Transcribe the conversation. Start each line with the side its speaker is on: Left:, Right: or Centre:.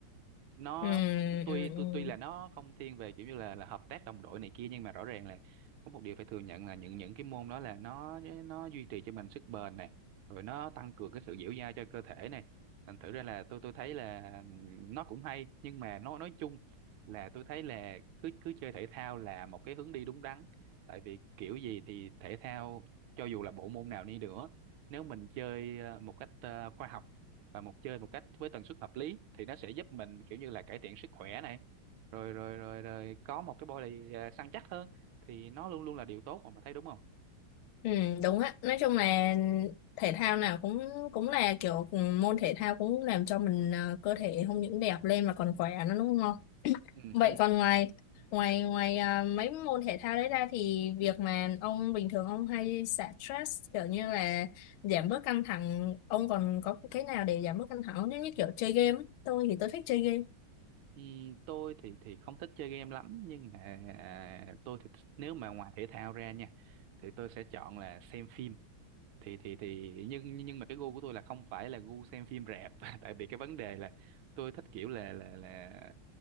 Right: nó
Left: ừ,
Right: tuy
Left: ừ, ừ,
Right: tuy tuy là nó không thiên về kiểu như là là hợp tác đồng đội này kia nhưng mà rõ ràng là có một điều phải thừa nhận là những những cái môn đó là nó nó duy trì cho mình sức bền này rồi nó tăng cường cái sự dẻo dai cho cơ thể này thành thử ra là tôi tôi thấy là ừm, nó cũng hay nhưng mà nó nói chung là tôi thấy là cứ cứ chơi thể thao là một cái hướng đi đúng đắn tại vì kiểu gì thì thể thao cho dù là bộ môn nào đi nữa nếu mình chơi ờ, một cách ờ, khoa học và một chơi một cách với tần suất hợp lý thì nó sẽ giúp mình kiểu như là cải thiện sức khỏe này rồi rồi rồi rồi có một cái body à, săn chắc hơn thì nó luôn luôn là điều tốt mà bà thấy đúng không
Left: ừ, đúng á nói chung là thể thao nào cũng cũng là kiểu môn thể thao cũng làm cho mình ờ, cơ thể không những đẹp lên mà còn khỏe nữa đúng không?
Right: ừ
Left: Vậy
Right: hừ.
Left: còn ngoài ngoài ngoài à, mấy môn thể thao đấy ra thì việc mà ông bình thường ông hay xả stress kiểu như là giảm bớt căng thẳng ông còn có cái nào để giảm bớt căng thẳng không? giống như kiểu chơi game ấy. tôi thì tôi thích chơi game
Right: Ừ, tôi thì thì không thích chơi game lắm nhưng mà à, tôi thì nếu mà ngoài thể thao ra nha thì tôi sẽ chọn là xem phim thì thì thì nhưng nhưng mà cái gu của tôi là không phải là gu xem phim rạp <laughs> tại vì cái vấn đề là tôi thích kiểu là là là